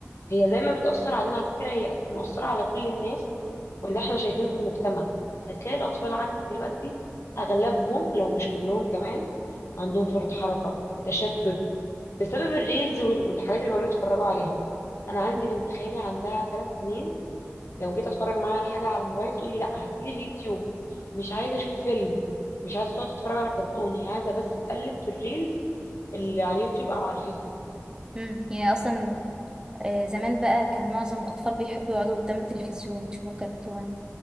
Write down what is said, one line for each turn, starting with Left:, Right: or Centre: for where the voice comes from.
Left: هي زي ما بتأثر علينا على فكرة هي مؤثرة على كل الناس واللي احنا شايفينه في المجتمع هتلاقي الأطفال عندك دلوقتي أغلبهم لو مش كلهم كمان عندهم فرط حركة تشتت بسبب الريلز وال- والحاجات اللي بيقعدوا يتفرجوا عليها أنا عندي بنت خالي عندها ثلاث سنين لو جيت أتفرج معاها على حاجة على الموبايل تقول لي لا هاتيلي اليوتيوب مش عايزة أشوف فيلم مش عايزة تقعد تتفرج على كرتون هي عايزة بس تقلب في الريلز اللي على اليوتيوب أو على الفيسبوك
Right: امم يعني اصلا آه، زمان بقى كان معظم الأطفال بيحبوا يقعدوا قدام التلفزيون يشوفوا كرتون